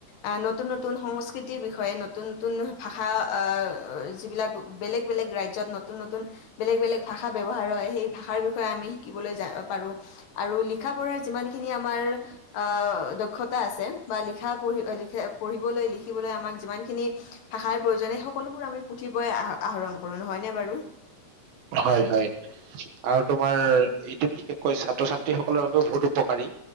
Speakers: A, on the left (about 75°); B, on the right (about 80°).
A: আহ, নতুন - নতুন সংস্কৃতিৰ বিষয়ে, নতুন - নতুন ভাষা আহ যিবিলাক বেলেগ বেলেগ ৰাজ্যত নতুন নতুন বেলেগ বেলেগ ভাষা ব্যৱহাৰ হয় সেই ভাষাৰ বিষয়ে আমি শিকিবলৈ যা পাৰোঁ। আৰু লিখা-পঢ়াৰ যিমানখিনি আমাৰ আহ দক্ষতা আছে বা লিখা-পঢ়ি আ লিখে পঢ়িবলৈ, লিখিবলৈ আমাক যিমানখিনি ভাষাৰ প্ৰয়োজন এ সকলোবোৰ আমি পুথিবোৰৰ আহ আহৰণ কৰোঁ, নহয় নে বাৰু?
B: হয়, হয়। আৰু তোমাৰ এইটো বিশেষকৈ ছাত্ৰ-ছাত্ৰীসকলৰ বাবে বহুত উপকাৰী।